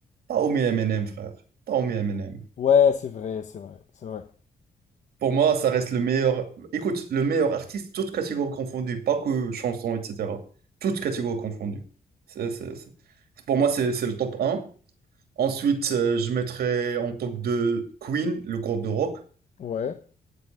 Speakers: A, on the right (about 80°); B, on the left (about 50°).
A: t'as omis Eminem, frère. T'as omis Eminem.
B: Ouais, c'est vrai, c'est vrai, c'est vrai.
A: Pour moi, ça reste le meilleur, écoute, le meilleur artiste, toutes catégories confondues, pas que chansons, etc. Toutes catégories confondues. C'est, c'est- c'est- Pour moi, c'est c'est le top un Ensuite, euh, je mettrais en top 2 Queen, le groupe de rock.
B: Ouais.